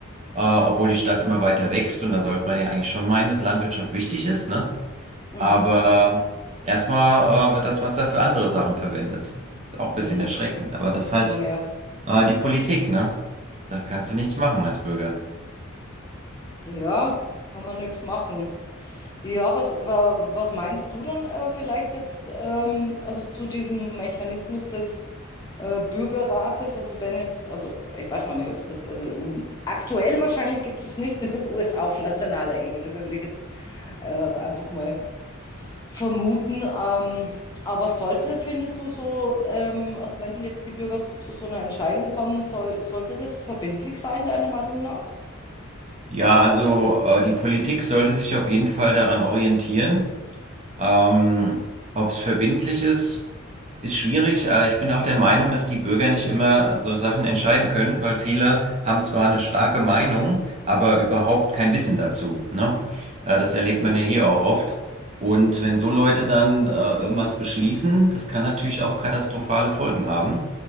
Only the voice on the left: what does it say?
Mhm.
Mhm.
Mhm, Ja.
Ja, kann man nichts machen. Ja, was, wa- was meinst du dann äh, vielleicht jetzt ähm, also zu diesem Mechanismus des äh, Bürgerrates. Also wenn jetzt, also ich weiß gar nicht, ob es das, also um, aktuell wahrscheinlich gibt es es nicht in den USA auf nationaler Ebene, würde ich jetzt äh, einfach mal vermuten. Ähm, aber sollte, findest du so, ähm, also wenn jetzt die Bürger so, zu so einer Entscheidung kommen, soll, sollte das verbindlich sein, deiner Meinung nach?
Mhm.